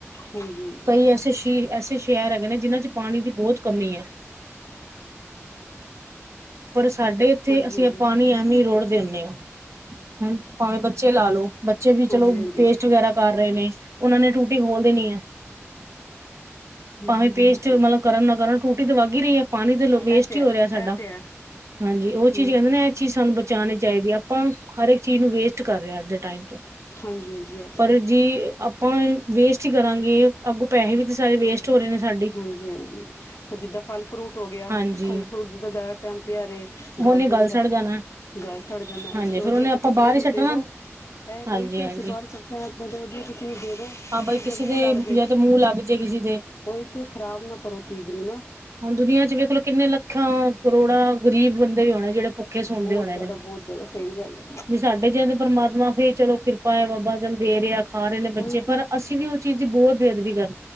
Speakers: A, on the left; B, on the right.
A: ਹਾਂਜੀ
B: ਕਈ ਐਸੇ ਸੀਰ ਐਸੇ ਸ਼ਹਿਰ ਹੈਗੇ ਨੇ ਜਿਹਨਾਂ 'ਚ ਪਾਣੀ ਦੀ ਬਹੁਤ ਕਮੀ ਐ। ਪਰ ਸਾਡੇ ਇੱਥੇ
A: ਹਾਂਜੀ
B: ਅਸੀਂ
A: ਹਾਂਜੀ
B: ਆ ਪਾਣੀ ਐਵੇ ਹੀ ਰੋੜ ਦੇਣੇ ਆਂ ਹੁਣ ਭਾਵੇਂ ਬੱਚੇ ਲਾ ਲਓ। ਬੱਚੇ ਵੀ ਚਲੋ
A: ਹਾਂਜੀ ਹਾਂਜੀ
B: ਪੇਸਟ ਵਗੈਰਾ ਕਰ ਰਹੇ ਨੇ ਉਹਨਾਂ ਨੇ ਟੂਟੀ ਖੋਲ ਦੇਣੀ ਆ।
A: ਨਹੀਂ
B: ਭਾਵੇਂ
A: ਨਹੀਂ
B: ਪੇਸਟ
A: ਬੰਦ ਕਰਨੀ
B: ਮਤਲਬ ਕਰਨ ਨਾ ਕਰਨ ਟੂਟੀ ਤੇ ਵੱਗ ਹੀ ਰਹੀ ਹੈ ਪਾਣੀ ਤੇ
A: ਇਹ
B: ਵੇਸਟ
A: ਤੇ
B: ਹੀ ਹੋ ਰਿਹਾ ਸਾਡਾ
A: ਇਹ ਤੇ ਹੈ।
B: ਹਾਂਜੀ ਉਹ
A: ਠੀਕ
B: ਚੀਜ਼ ਕਹਿੰਦੇ
A: ਹੈ
B: ਨੇ ਇਹ ਚੀਜ਼ ਸਾਨੂੰ ਬਚਾਂਣੀ ਚਾਹੀਦੀ ਆ ਆਪਾਂ ਹਰ ਇੱਕ ਚੀਜ਼ ਨੂੰ ਵੇਸਟ ਕਰ ਰਿਹਾ ਅੱਜ ਦੇ ਟਾਈਮ ਤੇ
A: ਹਾਂਜੀ- ਹਾਂਜੀ ਤੇ
B: ਪਰ
A: ਹੈ
B: ਜੀ ਆਪ ਆਪਾਂ ਵੇਸਟ ਹੀ ਕਰਾਂਗੇ ਅੱਗੋਂ ਪੈਹੇ ਵੀ ਤੇ ਸਾਰੇ ਵੇਸਟ <unintelligible> ਨੇ ਸਾਡੇ
A: ਹਾਂਜੀ- ਹਾਂਜੀ ਜਿੱਦਾਂ ਫਲ ਫਰੂਟ ਹੋ ਗਿਆ
B: ਹਾਂਜੀ
A: ਫਲ ਫਰੂਟ ਜਿੱਦਾਂ ਜ਼ਿਆਦਾ ਟੈਮ ਪਿਆ ਰਹੇ।
B: ਉਹਨੇ
A: ਗਲ ਜਾਂਦਾ
B: ਗੱਲ ਸੜ ਜਾਣਾ
A: ਗਲ ਛੜ ਜਾਂਦਾ
B: ਹਾਂਜੀ
A: ਇਸ ਤੋਂ
B: ਫੇਰ
A: ਵਧੀਆ
B: ਉਹਨੇ ਆਪਾਂ
A: ਕਿਸੇ
B: ਬਾਹਰ
A: ਦੇ
B: ਹੀ ਸੱਟਣਾ
A: ਦੇ ਦੋ।
B: ਹਾਂਜੀ
A: ਉਹੀ ਤੇ
B: ਹਾਂਜੀ
A: ਅਸੀਂ ਬਾਹਰ ਸ ਹ ਇਾਂ ਉ ਕਿਸੇ ਨੀ ਦੇ ਦੋ
B: ਹਾਂ ਬਾਈ
A: ਕਿਸ
B: ਕਿਸੇ
A: ਦੇ ਮੂੰਹ ਲੱਗਦੇ।
B: ਜਾਂ ਤੇ ਮੂੰਹ ਲੱਗ ਜੇ ਕਿਸੀ ਦੇ
A: ਉਹੀ ਤੇ ਖ਼ਰਾਬ ਨਾ ਕਰੋ ਚੀਜ਼ ਨੂੰ ਨਾ
B: ਹੁਣ ਦੁਨੀਆਂ 'ਚ ਵੇਖ ਲੋ ਕਿੰਨੇ ਲੱਖਾਂ ਕਰੋੜਾਂ ਗਰੀਬ ਬੰਦੇ ਵੀ ਹੁਣੇ ਜਿਹੜੇ ਭੁੱਖੇ ਸੌਦੇ
A: ਬਹੁਤ
B: ਹੋਣੇ
A: ਜਿਆਦਾ-
B: ਨੇ
A: ਬਹੁਤ ਜਿਆਦਾ ਸਹੀ ਗੱਲ ਏ।
B: ਜੇ ਸਾਡੇ ਜਿਹਦੇ ਪਰਮਾਤਮਾ ਫੇਰ ਚਲੋ ਕਿਰਪਾ ਹੈ ਬਾਬਾ ਚਲ ਦੇ ਰਿਹਾ ਆ ਖਾ ਰਹੇ ਨੇ
A: ਉਹੀ
B: ਬੱਚੇ
A: ਤੇ
B: ਪਰ ਅਸੀਂ ਵੀ ਉਹ ਚੀਜ਼ ਬਹੁਤ ਬੇਅਦਬੀ ਕਰ